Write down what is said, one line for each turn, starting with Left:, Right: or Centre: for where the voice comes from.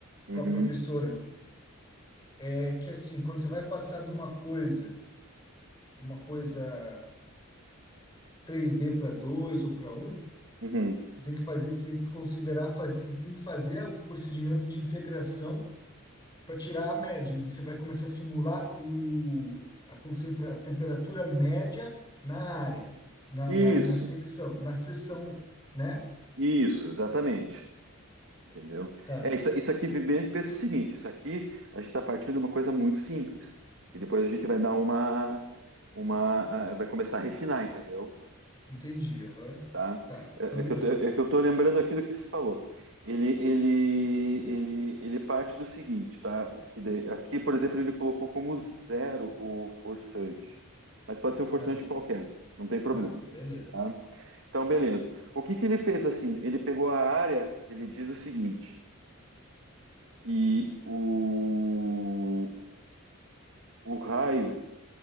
Right: uhum,
Left: Com a professora. É que assim, quando você vai passar de uma coisa, de uma coisa. 3D para dois ou para um,
Right: uhum.
Left: você tem que fazer, você tem que considerar fazer, você tem que fazer o procedimento de integração para tirar a média. E Você vai começar a simular o, a, concentra, a temperatura média na área, na,
Right: Isso,
Left: na, na secção, na seção, né?
Right: isso, exatamente. Entendeu?
Left: Tá,
Right: É, isso, isso aqui, bem- pensa o seguinte, isso aqui a gente está partindo de uma coisa muito simples. E depois a gente vai dar uma, uma, ah, vai começar a refinar, entendeu?
Left: entendi. aham.
Right: Tá?
Left: Tá,
Right: É,
Left: tudo
Right: é que
Left: bem.
Right: eu tô, é que eu tô lembrando aqui do que você falou. Ele, ele, ele, ele parte do seguinte, tá? Que daí- aqui, por exemplo, ele colocou como zero o forçante. Mas pode ser um forçante
Left: Tá, não,
Right: qualquer, não tem problema.
Left: tá, beleza.
Right: tá? Então, beleza. O que que ele fez assim? Ele pegou a área, ele diz o seguinte, que o, o raio